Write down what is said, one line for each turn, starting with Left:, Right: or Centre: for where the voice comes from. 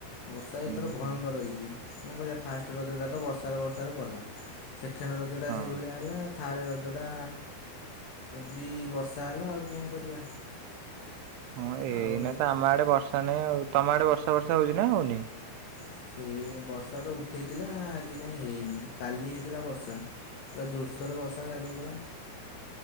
Left: ବର୍ଷା ଏ
Right: ହୁଁ
Left: ଥର ଭୟଙ୍କର
Right: ହୁଁ
Left: ହେଇଛି। କଣ କରିବା, ଫାଷ୍ଟ ରଜଟା ତ ବର୍ଷାରେ ବର୍ଷାରେ ଗଲା। ସେକେଣ୍ଡ ରଜଟା
Right: ହଁ
Left: ସେଇଭଳିଆ ହେଲା, ଥାର୍ଡ଼ ରଜଟା ବି ବର୍ଷା ହେଲା ଆଉ। କଣ କରିବା?
Right: ହଁ ଏଇନା
Left: ଆଉ
Right: ତ ଆମ ଆଡେ ବର୍ଷା ନାଇଁ ଆଉ। ତମ ଆଡେ ବର୍ଷା ବର୍ଷା ହଉଛିି ନା ହଉନି?
Left: ସେଇ ଏ ବର୍ଷା ତ ଉଠେଇଥିଲା, ଆଜି କାଇଁ ହେଇନି। କାଲି ହେଇଥିଲା ବର୍ଷା। ପୁରା ଜୋରସୋର ବର୍ଷା କାଲି ପୁରା।